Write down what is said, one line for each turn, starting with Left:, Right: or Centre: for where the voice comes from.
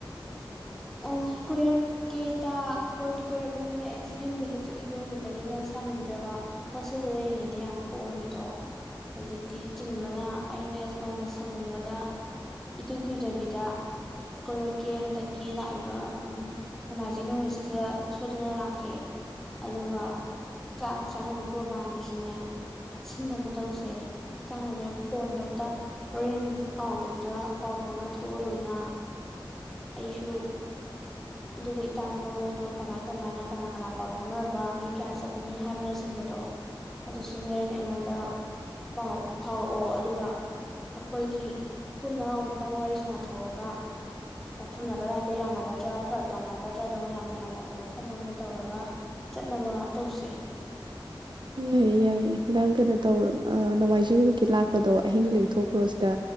Centre: ꯑꯣ ꯀꯣꯏꯔꯛꯀꯦ ꯏꯇꯥ ꯀꯣꯏꯔꯛꯇꯤ ꯀꯣꯏꯔꯛꯅꯤꯡꯕꯅꯦ ꯑꯩꯁꯦ ꯌꯨꯝꯗ ꯍꯦꯛ ꯆꯠꯈꯤꯕ ꯅꯨꯃꯤꯠꯇꯒꯤꯅꯦ ꯁꯪꯈꯤꯗ꯭ꯔꯕ ꯍꯣꯁꯇꯦꯜꯗ ꯂꯩꯔꯤꯉꯩꯗꯗꯤ ꯌꯥꯝ ꯀꯣꯛꯑꯝꯃꯤꯗꯣ ꯍꯧꯖꯤꯛꯇꯤ ꯆꯤꯟꯕꯅ ꯑꯩꯅ ꯅꯣꯡꯃ ꯁꯪꯕꯗ ꯏꯀꯨꯏ ꯀꯨꯏꯗꯕꯤ ꯗ ꯀꯣꯏꯔꯛꯀꯦ ꯍꯟꯗꯛ ꯀꯦ ꯂꯥꯛꯏꯕ ꯅꯣꯡꯃꯥꯏꯖꯤꯡ ꯅꯨꯃꯤꯠꯁꯤꯗ ꯁꯣꯏꯗꯅ ꯂꯥꯛꯀꯦ ꯑꯗꯨꯒ ꯆꯥꯛ ꯆꯥꯅꯕꯒꯤ ꯄ꯭ꯔꯣꯒ꯭ꯔꯥꯝꯗꯨꯁꯨꯅꯦ ꯁꯤꯟꯅꯕ ꯇꯧꯁꯦ ꯏꯇꯥꯅꯅꯦ ꯐꯣꯟꯗꯣ ꯑꯃꯇ ꯍꯣꯔꯦꯟ ꯀꯥꯎꯗꯕꯤꯗ ꯄꯥꯎ ꯐꯥꯎꯅ ꯊꯣꯛꯑꯣ ꯂꯣꯏꯅ ꯑꯩꯁꯨ ꯑꯗꯨꯒ ꯏꯇꯥꯥꯟꯅ ꯃꯔꯣꯟꯗꯣ ꯀꯃꯥꯏ ꯀꯃꯥꯏꯅ ꯀꯅꯥ ꯀꯅꯥ ꯄꯥꯎ ꯐꯥꯎꯅꯔꯕ ꯃꯤ ꯀꯌꯥ ꯆꯠꯀꯅꯤ ꯍꯥꯏꯕꯅꯆꯤꯡꯕꯗꯣ ꯑꯗꯨꯁꯨ ꯍꯣꯔꯦꯟꯅꯦ ꯑꯩꯉꯣꯟꯗ ꯄꯥꯎ ꯐꯥꯎꯔꯛꯑꯣ ꯑꯗꯨꯒ ꯑꯩꯈꯣꯏꯒꯤ ꯄꯨꯟꯅ ꯑꯃꯨꯛꯇꯪ ꯋꯥꯔꯤ ꯁꯥꯟꯅꯊꯣꯛꯑꯒ ꯃꯐꯝꯅ ꯀꯗꯥꯏꯗ ꯌꯥꯅꯒꯗ꯭ꯔꯥ ꯐꯔꯛ ꯇꯥꯅꯒꯗ꯭ꯔꯥꯗꯣ ꯃꯌꯥꯝ ꯒ꯭ꯌꯥꯟ ꯅꯛꯄ ꯃꯐꯝ ꯑꯃꯝꯗ ꯇꯧꯔꯒ ꯆꯠꯅꯕ ꯇꯧꯁꯤ
Right: ꯌꯥꯏꯌꯦ ꯌꯥꯏꯌꯦ ꯅꯪ ꯀꯩꯅꯣ ꯇꯧꯕꯣ ꯅꯣꯡꯃꯥꯏꯖꯤꯡ ꯅꯨꯃꯤꯠꯀꯤ ꯂꯥꯛꯄꯗꯣ ꯑꯍꯤꯡ ꯂꯦꯛꯊꯈ꯭ꯔꯣ ꯁꯤꯗ